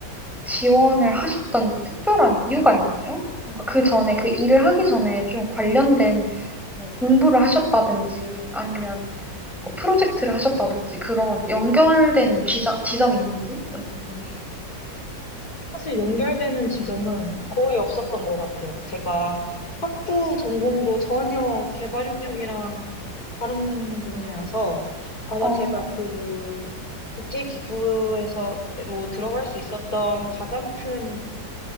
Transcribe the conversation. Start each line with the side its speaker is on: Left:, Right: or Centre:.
Centre: 지원을 하셨던 특별한 이유가 있나요? 뭔가 그 전에, 그 일을 하기 전에 좀 관련된 뭐 공부를 하셨다든지 아니면 뭐 프로젝트를 하셨다든지 그런 연결되는 지점, 지점이 있는지 좀 궁금해요.
Left: 사실 연결되는 지점은 거의 없었던 것 같아요. 제가 학부 전공도 전혀 개발협력이랑 다른 분야여서 아마
Centre: 어,
Left: 제가 그 국제기구에서로 들어갈 수 있었던 가장 큰,